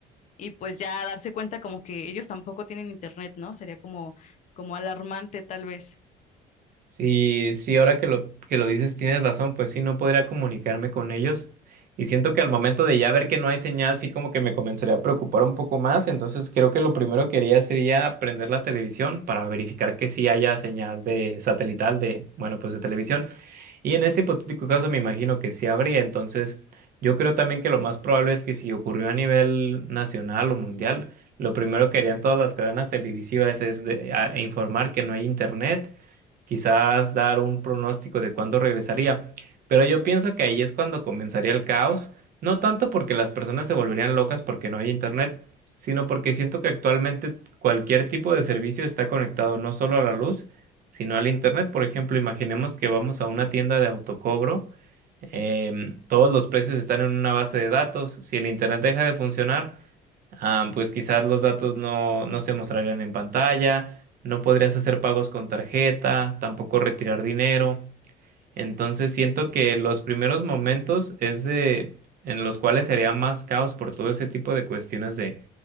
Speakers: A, on the left (about 45°); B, on the right (about 60°).
A: y pues ya darse cuenta como que ellos tampoco tienen internet, ¿no? Sería como, como alarmante tal vez.
B: Sí, sí, ahora que lo, que lo dices tienes razón, pues sí, no podría comunicarme con ellos. Y siento que al momento de ya ver que no hay señal, sí como que me comenzaría a preocupar un poco más. Entonces creo que lo primero que haría sería prender la televisión para verificar que sí haya señal de satelital, de, bueno, pues de televisión. Y en este hipotético caso me imagino que sí habría. Entonces yo creo también que lo más probable es que si ocurrió a nivel nacional o mundial, lo primero que harían todas las cadenas televisivas es de- a- informar que no hay internet quizás dar un pronóstico de cuándo regresaría. Pero yo pienso que ahí es cuando comenzaría el caos, no tanto porque las personas se volverían locas porque no hay internet, sino porque siento que actualmente cualquier tipo de servicio está conectado no solo a la luz, sino al internet. Por ejemplo, imaginemos que vamos a una tienda de autocobro. em, todos los precios están en una base de datos. Si el internet deja de funcionar, Ah, pues quizás los datos no, no se mostrarían en pantalla, no podrías hacer pagos con tarjeta, tampoco retirar dinero. Entonces siento que los primeros momentos es de en los cuales sería más caos por todo ese tipo de cuestiones de,